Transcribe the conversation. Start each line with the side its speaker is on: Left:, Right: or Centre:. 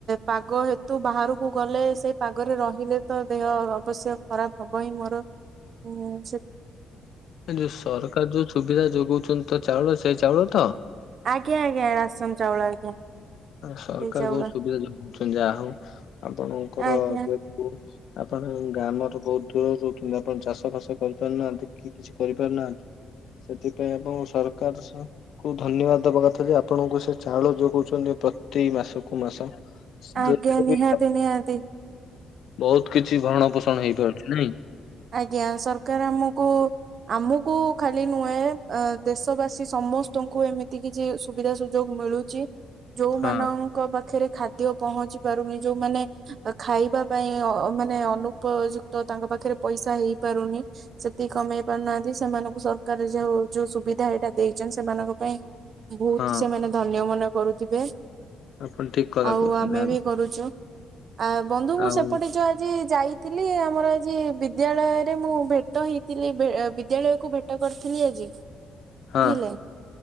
Right: ପାଗ ହେତୁ ବାହାରକୁ ଗଲେ ସେଇ ପାଗରେ ରହିଲେ ତ ଦେହ ଅବଶ୍ୟ ଖରାପ ହବ ଇଁ ମୋର। ହୁଁ ସେ।
Left: ଏ ଯୋଉ ସରକାର ଯୋଉ ସୁବିଧା ଯୋଗଉଛନ୍ତି ତ ଚାଉଳ ସେଇ ଚାଉଳ ତ?
Right: ଆଜ୍ଞା ଆଜ୍ଞା ରାସନ ଚାଉଳ ଆଜ୍ଞା।
Left: ସରକାର
Right: ସେଇ ଚାଉଳ
Left: ବହୁତ ସୁବିଧା ଯୋଗଉଛନ୍ତି ଯାହା ହଉ ଆପଣଙ୍କର
Right: ଆଜ୍ଞା
Left: ଯୋଉ ଆପଣ ଗ୍ରାମର ବହୁତ ଦୂରରୁ ରହୁଛନ୍ତି ଆପଣ ଚାଷ ବାସ କରିପାରୁନାହାନ୍ତି କି? କିଛି କରିପାରୁନାହାନ୍ତି। ସେଥିପାଇଁ ଆପଣ ସରକାରକୁ ଧନ୍ୟବାଦ ଦବା କଥା ଯେ ଆପଣଙ୍କୁ ସେ ଚାଉଳ ଯୋଗଉଛନ୍ତି ପ୍ରତି ମାସକୁ ମାସ।
Right: ଆଜ୍ଞା
Left: ଯୋଉଥିରେ ବି
Right: ନିହାତି ନିହାତି।
Left: ବହୁତ କିଛି ଭରଣ ପୋଷଣ ହେଇପାରୁଛି ନାଇଁ।
Right: ଆଜ୍ଞା ସରକାର ଆମକୁ ଆମକୁ ଖାଲି ନୁହେଁ ଅ ଦେଶବାସୀ ସମସ୍ତଙ୍କୁ ଏମିତି କି ଯେ ସୁବିଧା ସୁଯୋଗ ମିଳୁଛି ଯୋଉମାନଙ୍କୁ
Left: ହଁ
Right: ପାଖରେ ଖାଦ୍ୟ ପହଞ୍ଚି ପାରୁନି ଯୋଉମାନେ ଖାଇବା ପାଇଁ ମାନେ ଅନୁ ଉପଯୁକ୍ତ ତାଙ୍କ ପାଖରେ ପଇସା ହେଇପାରୁନି। ସେତିକି କମେଇ ପାରୁନାହାନ୍ତି ସେମାନଙ୍କୁ ସରକାର ଯୋଉ ଯୋଉ ସୁବିଧା ଏଇଟା ଦେଇଛନ୍ତି ସେମାନଙ୍କ ପାଇଁ ବହୁତ
Left: ହଁ
Right: ସେମାନେ ଧନ୍ୟ ମନେ କରୁଥିବେ।
Left: ଆପଣ ଠିକ କଥା
Right: ଆଉ
Left: କହୁଛନ୍ତି
Right: ଆମେ ବି କରୁଛୁ। ଆ ବନ୍ଧୁ ମୁଁ
Left: ଆଉ
Right: ସେପଟେ ଯୋଉ ଆଜି ଯାଇ ଥିଲି ଆମର ଆଜି ବିଦ୍ୟାଳୟରେ ମୁଁ ଭେଟ ହେଇଥିଲି, ବିଦ୍ୟାଳୟକୁ ଭେଟ କରିଥିଲି ଆଜି।
Left: ହଁ
Right: ବୁଝିଲେ